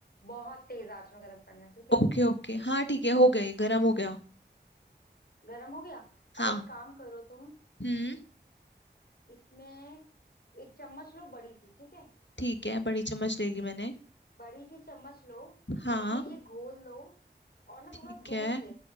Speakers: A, on the left; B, on the left.
A: बहुत तेज आंच में गरम करना है, ठीक है
B: ओके ओके हाँ ठीक है हो गए गरम हो गया
A: गरम हो गया
B: हाँ
A: अब एक काम करो तुम
B: हम्म
A: इसमें एक चम्मच लो बड़ी सी ठीक है
B: ठीक है बड़ी चम्मच ले ली मैंने
A: बड़ी सी चम्मच लो
B: हाँ
A: उसमें ये घोल लो और ना
B: ठीक
A: थोड़ा दूर
B: है
A: से